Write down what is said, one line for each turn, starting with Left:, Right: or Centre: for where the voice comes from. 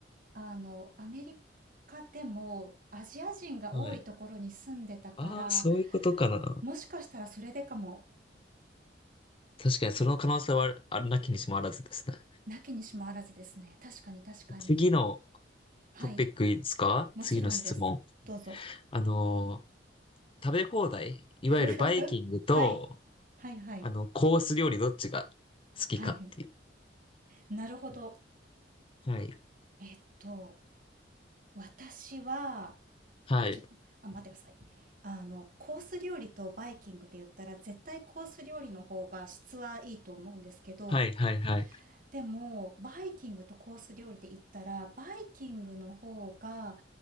Right: あの、アメリカでもアジア人が多いところに住んでたから、
Left: はい。ああ、そういうことかな。
Right: もしかしたらそれでかも、
Left: 確かにその可能性はあるなきにしもあらずですね。
Right: なきにしもあらずですね。確かに確かに。
Left: 次の
Right: はい。
Left: トピックいいですか次の質問。
Right: もちろんです。どうぞ。
Left: あのー、食べ放題、いわゆるバイキングと、
Right: ふふふ。はい。はいはい。
Left: あの、コース料理どっちが好きかっていう。
Right: はいはい。なるほど。
Left: はい。
Right: えっと、私は、
Left: はい。
Right: えちょっと、あ、待ってください。あの、コース料理とバイキングで言ったら絶対コース料理の方が質はいいと思うんですけど、
Left: はい、はい、はい。
Right: でも、バイキングとコース料理で言ったら、バイキングの方が、